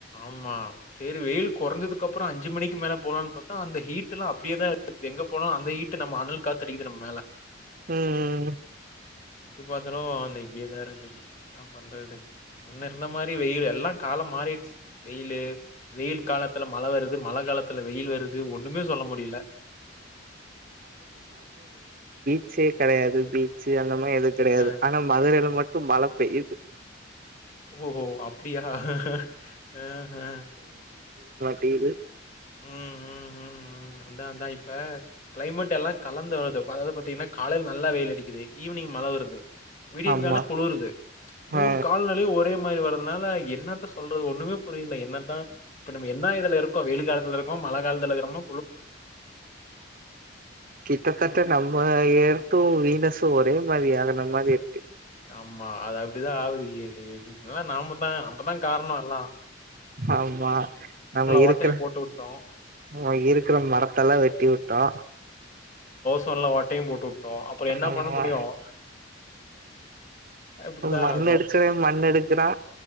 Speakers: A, on the left; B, on the right.
A: ஆமா சேரி வெயில் கொறைஞ்சதுக் அப்புறோ அஞ்சு மணிக்கு மேல போலான் பாத்தா அந்த ஹீட் எல்லா அப்டியேதா <inaudible> எங்க போனாலு அந்த ஹீட் நம்ம அனல் காத்தடிக்குது நம்ம மேல
B: உம் ம் ம்
A: எப்டி பாத்தாலு இன்னு இப்டியேதாரு ன்னா பண் <unintelligible> ஒன்னு இருந்த மாதிரி வெயில எல்லா காலம் மாறிட் வெயிலு வெயில் காலத்துல மழ வருது மழ காலத்துல வெயில் வருது ஒண்ணுமே சொல்ல முடியல
B: ச்சே கிடையாது பீச் அந்த எது கிடையாது
A: ஆ.
B: ஆனா மதுரையில் மட்டும் மழ பெய் இது
A: ஓஓ அப்படியா ஹ்ஹஹ
B: டிது
A: உஹம் உம் உம் உஹம் அதாஅதா இப்ப கிளைமேட்ல்லா கலந்துவலது அதாது பாத்தீங்கன்னா காலைல நல்லா வெயில் அடிக்குது ஈவினிங் மழ வருது விடிய
B: ஆமா
A: கால குளறுது மூணு
B: ஆ
A: காலலையு ஒரே மாதிரி வருறதுனால என்னத்த சொல்றது ஒண்ணுமே புரியல என்னதா இப்பம் என்ன இதுல இருக்கோ வெய காலத்தில இரு மழ காலத்தில்லக்கிறோம்மா
B: கிட்டத்தட்ட நம்ம ஏரத்தும் வீனஸும் ஒரே மாரி ஆகுன மாதிரி இருக்கு
A: ஆம் மா அது அப்படிதா ஆகுது என்னிவே இல்ல நாம தா நம்மதா காரணம் எல்லா
B: ஆமா நம்ம இருக்கிற
A: ஓட்டைய போட்டு விட்டோம்.
B: நம்ம இருக்கிற மரத்தல்லா வெட்டி விட்டோ
A: சொல்லவட் டையும் போட்டு விட்டோம் அப்புறம் என்ன
B: ஆமா
A: பண்ண முடியும் இப்படிதான்
B: மண்
A: ஆகும்.
B: அடிச்சவ மண் எடுக்கறா